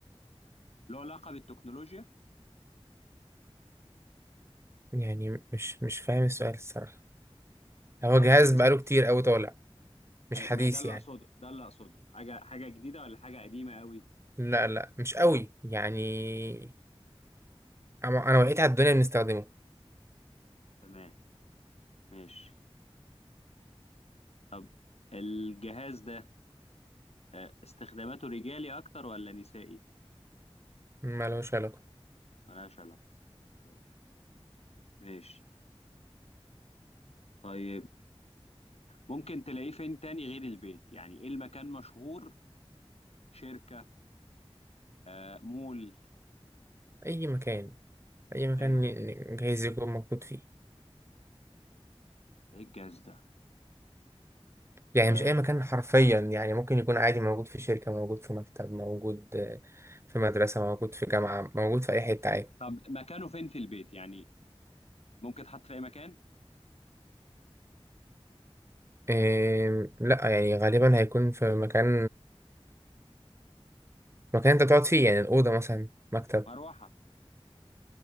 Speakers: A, on the left; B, on the right.
A: له علاقة بالتكنولوجيا
B: يعني مش مش فاهم السؤال الصراحة هو
A: يعني
B: جهاز
A: بتس...
B: بقاله كتير قوي طالع مش
A: أي-
B: حديث
A: ما ده اللي
B: يعني
A: اقصده ده اللي اقصده حاجة حاجة جديدة ولا حاجة قديمة قوي
B: لا لا مش قوي يعني انا أنا وقيت على الدنيا بنستخدمه
A: تمام ماشي طب الجهاز ده آه، استخداماته رجالي اكتر ولا نسائي
B: ما لهوش علاقة
A: ملهاش علاقة اوكي ماشي طيب ممكن تلاقيه فين تاني غير البيت يعني ايه المكان مشهور شركة آه، مول
B: اي مكان اي مكان
A: اي مكان
B: ي- ي- جهاز يكون موجود فيه
A: ده ايه الجهاز ده
B: يعني
A: آه،
B: مش اي مكان حرفيا يعني ممكن يكون عادي موجود في شركة موجود في مكتب موجود آه، في مدرسة موجود في جامعة موجود في اي حتة عادي
A: طب مكانه فين في البيت يعني ممكن تحط في اي مكان
B: إيه لا يعني غالبا هيكون في مكان مكان انت تقعد فيه يعني الأوضة مثلا مكتب
A: مروحة